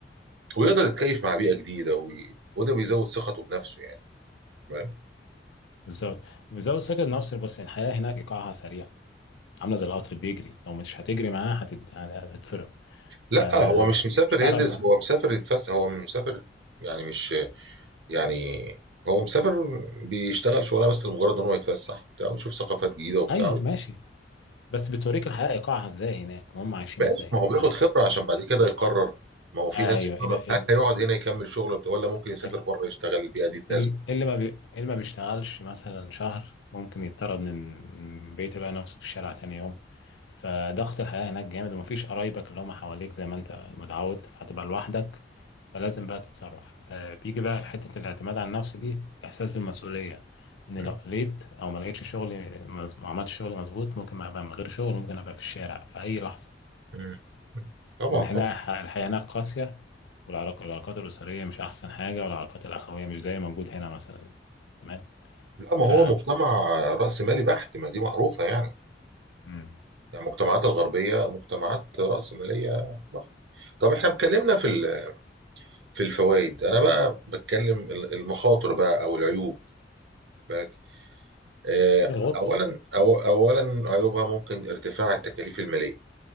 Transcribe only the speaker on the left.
بالظبط بالظبط سكت نفسي بس الحياة هناك ايقاعها سريع عاملة زي القطر بيجري لو مش هتجري معاه هتت... يعني هتتفرم فمش
هتعرف
ايوه ماشي بس بتوريك الحياة ايقاعها ازاي هناك وهم عايشين
ازاي
تمام
ايوه
ال-
ال-
ال-
ال- اللي ما بي... اللي ما بيشتغلش مثلا شهر ممكن يضطرد من من بيته يلاقي نفسه في الشارع تاني يوم فضغط الحياة هناك جامد ومفيش قرايبك اللي هم حواليك زي ما انت متعود فهتبقى لوحدك فلازم بقى تتصرف فبيجي بقى حتة الاعتماد على النفس دي احساس بالمسؤولية ان
لو لقيت او ما لقيتش شغلي مز- ما عملتش شغلي مظبوط ممكن ابقى من غير شغل ممكن ابقى في الشارع في اي لحظة
ان
احنا الحياه هناك قاسيه والعلاق- والعلاقات الاسريه مش احسن حاجه والعلاقات الاخويه مش زي موجود هنا مثلا تمام
ف
مم.
هي الغربه